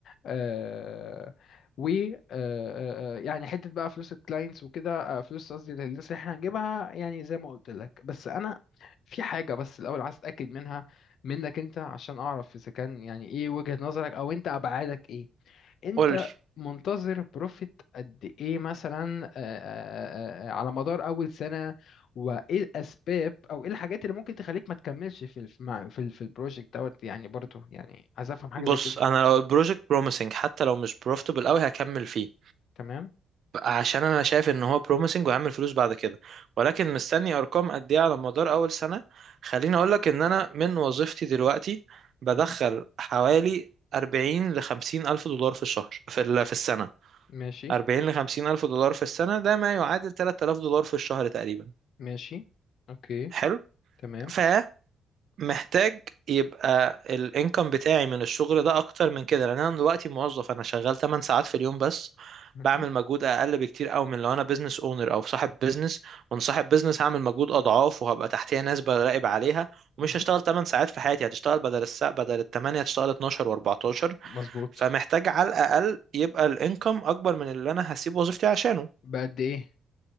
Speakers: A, on the left; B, on the right.
A: آه و آه آه، آه، يعني حته بقى فلوس الكلاينتس وكده آه، فلوس قصدي للناس اللي احنا هنجيبها يعني زي ما قلت لك بس انا في حاجه بس الاول عايز اتاكد منها منك انت عشان اعرف اذا كان يعني ايه وجهه نظرك او انت ابعادك ايه انت
B: قول لي
A: منتظر بروفيت قد ايه مثلا آه، آه، آه، آه، على مدار اول سنه وايه الاسباب او ايه الحاجات اللي ممكن تخليك ما تكملش في ال- مع- في ال- في البروجكت دوت يعني برضه يعني عايز افهم حاجه
B: بص
A: زي كده
B: انا لو البروجكت بروميسنج حتى لو مش بروفيتبل قوي هكمل فيه
A: تمام
B: عشان انا شايف ان هو بروميسنج وهيعمل فلوس بعد كده ولكن مستني ارقام قد ايه على مدار اول سنه خليني اقول لك ان انا من وظيفتي دلوقتي بدخل
A: مهم.
B: حوالي 40 ل 50 الف دولار في الشهر في ال- في السنه
A: ماشي
B: 40 ل 50 الف دولار في السنه ده ما يعادل 3000 دولار في الشهر تقريبا
A: ماشي اوكي
B: حلو
A: تمام
B: ف محتاج يبقى الانكم بتاعي من الشغل ده اكتر من كده لان انا دلوقتي موظف انا شغال 8 ساعات في اليوم بس
A: مهم.
B: بعمل مجهود اقل بكتير قوي من لو انا بزنس اونر او صاحب بزنس وانا صاحب بزنس هعمل مجهود اضعاف وهبقى تحتيه ناس براقب عليها ومش
A: مهم.
B: هشتغل 8 ساعات في حياتي هتشتغل بدل الساعة بدل ال 8 هتشتغل 12 و14
A: مظبوط
B: فمحتاج على الاقل يبقى الانكم اكبر من اللي انا هسيب وظيفتي عشانه
A: بقد ايه